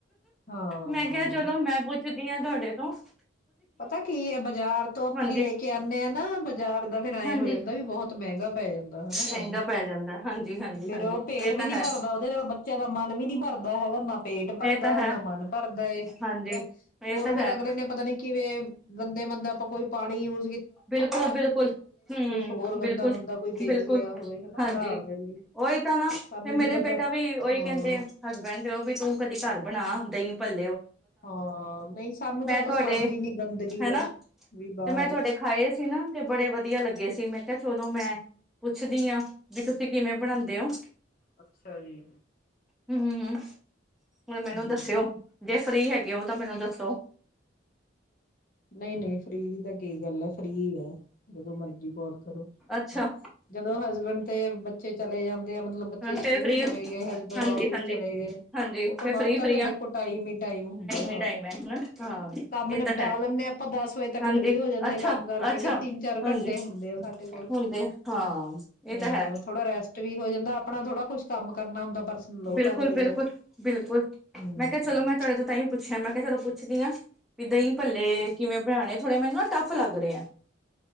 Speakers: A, on the left; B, in the centre.
A: ਹਾਂ।
B: ਮੈਂ ਕਿਹਾ ਚਲੋ ਮੈਂ ਪੁੱਛਦੀ ਹਾਂ ਤੁਹਾਡੇ। ਉਫ।
A: ਪਤਾ ਕੀ ਹੈ ਬਾਜ਼ਾਰ ਤੋਂ ਆਪਾਂ
B: ਹਾਂਜੀ
A: ਲੈ ਕੇ ਆਉਦੇ ਹਾਂ ਨਾ ਬਾਜ਼ਾਰ ਦਾ ਫੇਰ ਐਂ
B: ਹਾਂਜੀ
A: ਹੋ ਜਾਂਦਾ ਵੀ ਬਹੁਤ ਮਹਿੰਗਾ ਪੈ ਜਾਂਦਾ ਹਨਾ ਸਾਨੂੰ
B: ਮਹਿੰਗਾ ਪੈ ਜਾਂਦਾ ਹਾਂਜੀ ਹਾਂਜੀ
A: ਫੇਰ
B: ਹਾਂਜੀ
A: ਉਹ ਪੇਟ
B: ਇਹ
A: ਵੀ
B: ਤਾਂ
A: ਨੀ
B: ਹੈ
A: ਭਰਦਾ ਉਹਦੇ ਨਾਲ ਬੱਚਿਆਂ ਦਾ ਮਨ ਵੀ ਨੀ ਭਰਦਾ ਹੈਗਾ ਨਾ ਪੇਟ। ਨਾ ਪੇਟ ਭਰਦਾ
B: ਇਹ ਤਾਂ ਹੈ
A: ਨ ਮਨ ਭਰਦਾ ਏ
B: ਹਾਂਜੀ
A: ਠੀਕ ਹੈ
B: ਇਹ
A: ਹੋਰ
B: ਤਾਂ
A: ਫੇਰ
B: ਹੈ
A: ਅਗਲੇ ਨੇ ਪਤਾ ਨੀ। ਕਿਵੇਂ ਬੰਦੇ ਬੰਦਾ ਆਪਾਂ ਕੋਈ ਪਾਣੀ ਯੂ
B: ਬਿਲਕੁਲ ਬਿਲਕੁਲ ਹਮ
A: ਹੋਰ ਗੰਦਾ
B: ਬਿਲਕੁਲ
A: ਮੰਦਾ ਕੋਈ ਬੇਸ
B: ਬਿਲਕੁਲ
A: ਲਿਆ ਹੋਵੇ ਹਨਾ
B: ਹਾਂਜੀ
A: ਬਣਾਉਣ ਦੇ ਲਈ
B: ਓਹੀ ਤਾਂ ਨਾ ਫੇਰ
A: ਸਾਨੂੰ
B: ਮੇਰੇ
A: ਕੀ ਪਤਾ
B: ਬੇਟਾ ਵੀ ਉਹੀ
A: ਹਾਂ
B: ਕਹਿੰਦੇ ਹਸਬੈਂਡ ਤੇ ਉਹ ਵੀ ਤੂੰ ਕਦੀ ਘਰ ਬਣਾ ਦਹੀਂ ਭਲ
A: ਹਾਂ ਨਹੀਂ ਸਾਨੂੰ ਤਾਂ
B: ਤੁਹਾਡੇ
A: ਪਸੰਦ ਹੀ ਨੀ ਗੰਦਗੀ
B: ਹਨਾ
A: ਦਾ ਵੀ ਬਾਹਰ।
B: ਮੈਂ ਤੁਹਾਡੇ ਖਾਏ ਤੇ ਨਾ ਤੇ ਬੜੇ ਵਧੀਆ ਲੱਗੇ ਸੀ ਮੈਂ ਕਿਹਾ ਸਗੋਂ ਮੈਂ ਪੁੱਛਦੀ ਹਾਂ ਵੀ ਤੁਸੀਂ ਕਿਵੇਂ ਬਣਾਉਂਦੇ ਹੋ।
A: ਅੱਛਾ ਜੀ
B: ਹ ਹ ਮ ਹੁਣ ਮੈਨੂੰ
A: ਹਮ
B: ਦੱਸਿਓ ਜੇ ਫਰੀ ਹੈਗੀ ਉਹ ਤਾਂ ਮੈਨੂੰ ਦੱਸੋ।
A: ਨਹੀਂ ਨਹੀਂ ਫਰੀ ਦੀ ਤਾਂ ਕੀ ਗੱਲ ਹੈ। ਫਰੀ ਹੈ ਜਦੋਂ ਮਰਜੀ ਕਾਲ ਕਰੋ
B: ਅੱਛਾ
A: ਜਦੋਂ। ਹਸਬੈਂਡ ਤੇ ਬੱਚੇ ਚਲੇ ਜਾਂਦੇ ਆ ਮਤਲਬ ਬੱਚੇ ਸਕੂਲ
B: ਫੇਰ ਫ੍ਰਰੀ
A: ਚਲੇ ਗਏ ਹਸਬੈਂਡ
B: ਹਾਂਜੀ
A: ਆਫਿਸ
B: ਹਾਂਜੀ
A: ਚਲੇ ਗਏ।
B: ਹਾਂਜੀ
A: ਉਹ ਤੋਂ
B: ਫੇਰ
A: ਬਾਅਦ
B: ਫ੍ਰਰੀ
A: ਤਾਂ
B: ਫ੍ਰਰੀ
A: ਫ
B: ਆ
A: ਦੇਖੋ ਟਾਈਮ ਹੀ ਟਾਈਮ ਹੁੰਦਾ।
B: ਹੀ ਟਾਈਮ ਹੈ ਹਨਾ ਹਾਂ
A: ਕੰਮ
B: ਇਹ
A: ਨਿਪਟਾ
B: ਤਾਂ ਹੈ
A: ਲੋ ਤੇ ਆਪਾਂ ਦਸ ਵਜੇ ਤੱਕ
B: ਹਾਂਜੀ
A: ਫਰੀ ਹੋ ਜਾਂਦੇ
B: ਅੱਛਾ
A: ਹਾਂ ਕੰਮ ਕਰਕੇ
B: ਅੱਛਾ
A: ਫੇਰ ਤਿੰਨ
B: ਹਾਂਜੀ
A: ਘੰਟੇ ਹੁੰਦੇ ਆ ਸਾਡੇ ਕੋਲ
B: ਹੁੰਦੇ ਹਾਂ
A: ਹਾਂ
B: ਇਹ ਤਾਂ ਹੈ
A: ਥੋੜਾ ਰੈਸਟ ਵੀ ਹੋ ਜਾਂਦਾ ਆਪਣਾ ਥੋੜਾ ਕੁੱਛ ਕੰਮ ਕਰਨਾ ਹੁੰਦਾ। ਪਰਸਨਲ ਉਹ
B: ਬਿਲਕੁਲ
A: ਕਰ ਲਈਦਾ।
B: ਬਿਲਕੁਲ ਬਿਲਕੁਲ
A: ਹੂੰ-ਹੂੰ
B: ਮੈਂ ਕਿਹਾ ਚਲੋ ਮੈਂ ਤੁਹਾਡੇ ਤਾਹਿ ਪੁੱਛਿਆ ਮੈਂ। ਮੈਂ ਚਲੋ ਪੁੱਛਦੀ ਹਾਂ। ਵੀ ਦਹੀਂ ਪੱਲੇ ਕਿਵੇਂ ਬਣਾਉਣੇ ਥੋੜੇ ਮੈਨੂੰ। ਟਫ਼ ਲੱਗ ਰਹੇ ਆ।